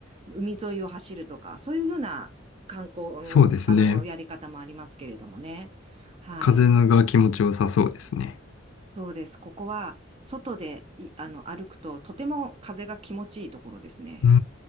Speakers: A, on the right; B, on the left.
A: 海沿いを走るとか、そういうふうな観光の、
B: そうですね。
A: あの、やり方もありますけれどもね。はい。
B: 風が気持ちよさそうですね。
A: そうです。ここは、外でい、あの、歩くと、とても風が気持ちいいところですね。
B: うん